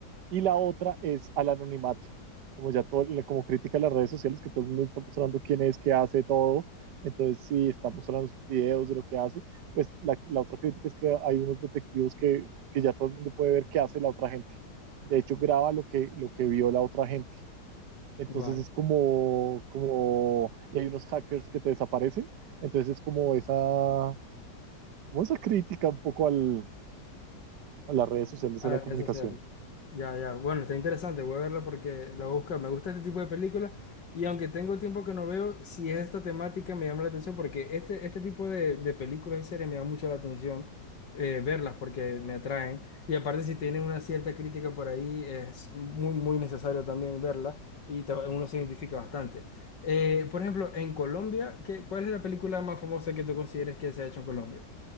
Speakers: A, on the right (about 75°); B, on the left (about 85°).
A: Y la otra es al anonimato, como ya todo, como crítica a las redes sociales, que todo el mundo está mostrando quién es, qué hace, todo. Entonces, si está mostrando sus videos de lo que hace, pues la, la otra crítica es que hay unos detectivos que, que ya todo el mundo puede ver qué hace la otra gente. De hecho, graba lo que, lo que vio la otra gente. Entonces
B: Vale.
A: es como, como, y hay unos hackers que te desaparecen. Entonces es como esa, como esa crítica un poco al, a las redes sociales
B: A
A: de
B: las
A: la comunicación.
B: redes sociales. Ya, ya. Bueno, está interesante. Voy a verla porque la busca. Me gusta este tipo de películas. Y aunque tengo tiempo que no veo, si es esta temática me llama la atención porque este, este tipo de, de películas y series me llama mucho la atención eh, verlas porque me atraen. Y aparte, si tienen una cierta crítica por ahí, es muy, muy necesario también verla y te- uno se identifica bastante. Eh, por ejemplo, en Colombia, ¿qué, cuál es la película más famosa que tú consideres que se ha hecho en Colombia?